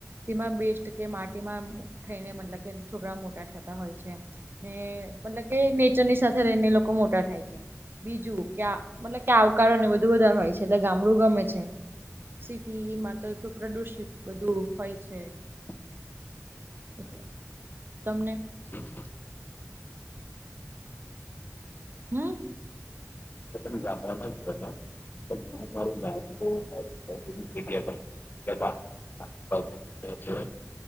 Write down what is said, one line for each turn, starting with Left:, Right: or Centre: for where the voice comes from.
Right: તેમાં બેસ્ટ કે માટીમાં થઈને મતલબ કે છોકરા મોટા થતા હોય છે. ને મતલબ કે નેચરની સાથે રહીને લોકો મોટા થાય છે. બીજું ક્યા મતલબ કે આવકારો ને બધું વધધારે હોય છે, એટલે ગામડું ગમે છે. સિટીમાં તો એટલું પ્રદુષિત બધું હોય છે.
Left: <inaudible>
Right: <unintelligible> તમને
Left: <unintelligible>
Right: હમ્મ
Left: <unintelligible> <inaudible>